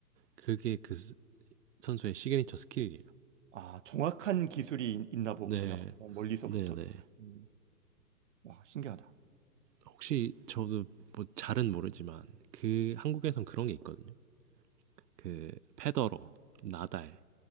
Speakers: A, on the right (about 85°); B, on the right (about 50°).
A: 그게 그 선수의 시그니처 스킬이에요.
B: 아, 정확한 기술이 있- 있나 보군요.
A: 네.
B: 어, 멀리서부터.
A: 네네.
B: 음, 와, 신기하다.
A: 혹시 저도 뭐 잘은 모르지만 그 한국에선 그런 게 있거든요. 그 페더러, 나달,